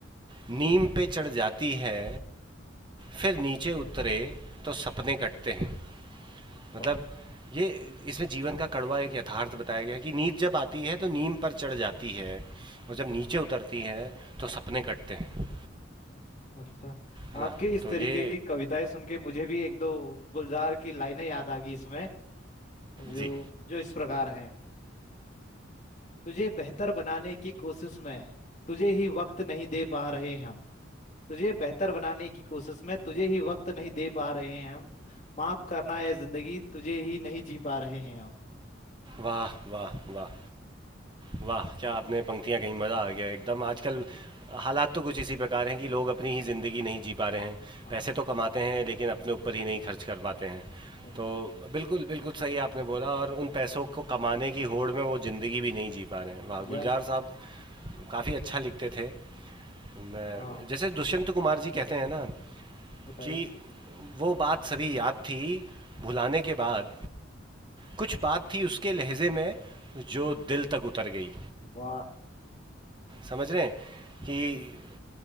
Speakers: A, on the right; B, on the left.
A: नीम पे चढ़ जाती है फिर नीचे उतरे तो सपने कटते हैं
B: वाह
A: मतलब ये इसमें जीवन का कड़वा एक यथार्थ बताया गया है कि नींद जब आती है तो नीम पर चढ़ जाती है और जब नीचे उतरती है तो सपने कटते हैं
B: अच्छा
A: है
B: आपके
A: ना
B: इस
A: तो
B: तरीके
A: ये
B: की कविताएं सुन के मुझे भी एक दो गुलजार की लाइनें याद आ गई इसमें जो
A: जी
B: जो इस प्रकार हैं तुझे बेहतर बनाने की कोशिश में तुझे ही वक्त नहीं दे पा रहे हम तुझे बेहतर बनाने की कोशिश में तुझे ही वक्त नहीं दे पा रहे हैं हम माफ करना है जिंदगी तुझे ही नहीं जी पा रहे हैं हम
A: वाह वाह वाह वाह क्या आपने पंक्तियाँ कहीं मज़ा आ गया एकदम आजकल हालात तो कुछ इसी प्रकार हैं कि लोग अपनी ही ज़िंदगी नहीं जी पा रहे हैं
B: हाँ
A: पैसे तो कमाते हैं लेकिन अपने ऊपर ही नहीं खर्च कर पाते हैं
B: हम-
A: तो बिल्कुल बिल्कुल सही आपने बोला और उन पैसों को कमाने की होड़ में वो ज़िंदगी भी नहीं जी पा रहे हैं वाह
B: या
A: गुलजार साहब काफ़ी अच्छा लिखते थे मैं
B: हाँ
A: जैसे दुष्यंत कुमार जी कहते हैं ना
B: बताइए
A: कि वो बात सभी याद थी भुलाने के बाद कुछ बात थी उसके लहजे में जो दिल तक उतर गई
B: वाह
A: समझ रहे हैं
B: हम्म,
A: कि